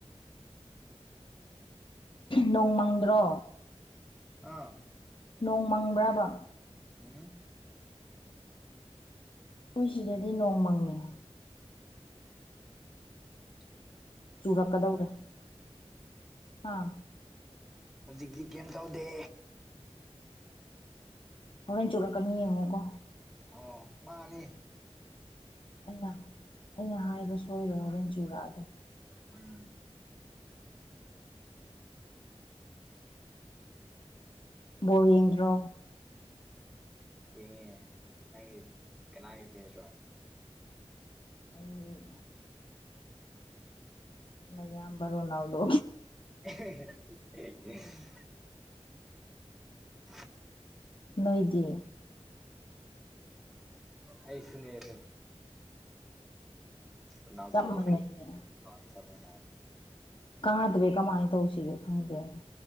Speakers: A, on the left; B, in the centre.
A: ꯅꯣꯡꯃꯪꯗ꯭ꯔꯣ
B: ꯑꯥ
A: ꯅꯣꯡ ꯃꯪꯕ꯭ꯔꯕ
B: ꯎꯝ
A: ꯃꯈꯣꯏ ꯁꯤꯗꯗꯤ ꯅꯣꯡ ꯃꯪꯉꯦ
B: ꯍ
A: ꯆꯨꯔꯛꯀꯗꯧꯔꯦ ꯍꯥꯥ
B: ꯍꯧꯖꯤꯛꯇꯤ ꯀꯩꯝ ꯇꯧꯗꯦ
A: ꯍꯣꯔꯦꯟ ꯆꯨꯔꯛꯀꯅꯤ ꯌꯦꯡꯉꯣꯀꯣ
B: ꯑ ꯃꯥ ꯑꯅꯤ
A: ꯑꯩꯅ ꯑꯩꯅ ꯍꯥꯏꯕ ꯁꯣꯏꯔꯣ ꯔꯟꯖꯨꯔꯥꯗꯣ
B: ꯎꯝ
A: ꯕꯣꯋꯦꯟꯗ꯭ꯔꯣ
B: ꯌꯦꯡꯉꯦ ꯅꯪꯒꯤ ꯀꯅꯥꯒꯤ ꯐꯦ ꯆꯣ
A: ꯑꯩ ꯃꯌꯥꯝ ꯕꯔꯣꯅꯥꯎꯗꯣ
B: <unintelligible>
A: ꯅꯣꯏꯗꯤ
B: ꯑꯩꯁꯨꯅꯤꯗ ꯕꯅ
A: ꯆꯞ ꯃꯥꯟꯅꯩꯅꯦ ꯀꯥꯗ꯭ꯔꯦ ꯀꯃꯥꯏꯅ ꯇꯧꯁꯤꯒꯣ ꯈꯪꯗ꯭ꯔꯦꯅ